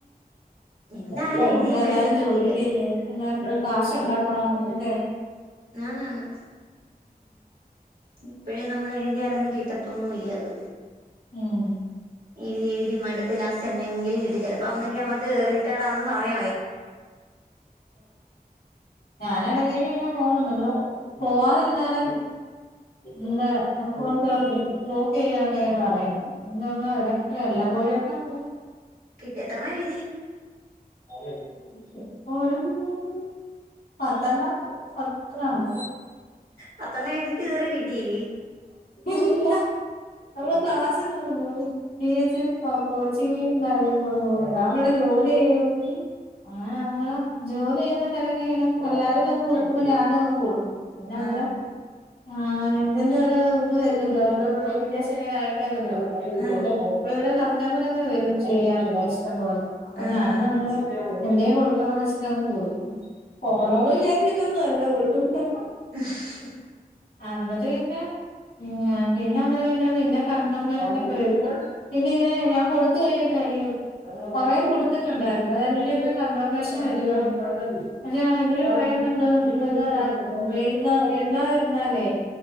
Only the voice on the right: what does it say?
എന്തായാലും
എഴുതിയ പിഴയൊന്നും
കിട്ടത്തില്ല
ആന്നാന്ന് ഇപ്പോഴേ നമ്മൾ എഴുതിയാലൊന്നും കിട്ടത്തൊന്നും ഇല്ലത്
എഴുതി എഴുതി മടുത്ത് ലാസ്റ്റ് എന്നെങ്കിലും കിട്ടും ചിലപ്പോ അന്നക്കെ നമ്മുക്ക് റിട്ടേഡ് ആവുന്ന സമയം
കിട്ടിയ എത്രണ്ണം എഴുതി
പത്തെണ്ണം എഴുതിട്ട് ഇതുവരെ കിട്ടിയില്ലേ
ആഹ്
ആഹ്
ആഹ്
ശ് ശ്